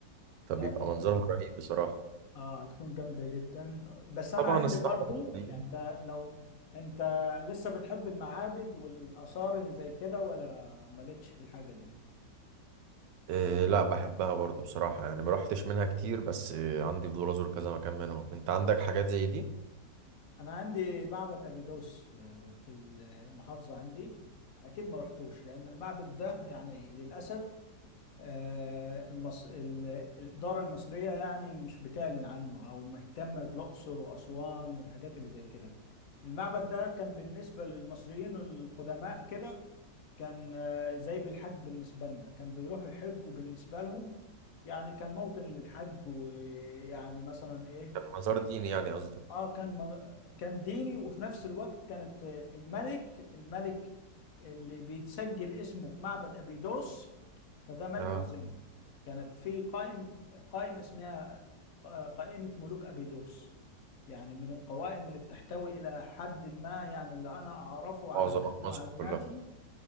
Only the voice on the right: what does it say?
فبيبقى
منظرها رهيب بصراحة
طبعا
الصحراء
الفيوم،
إيه لا بحبها برضو بصراحة يعني ما روحتش منها كتير بس إيه عندي فضول أزور كذا مكان منهم أنت عندك حاجات زي دي
كان مزار ديني يعني قصدك
اه
معظم
مصر كلها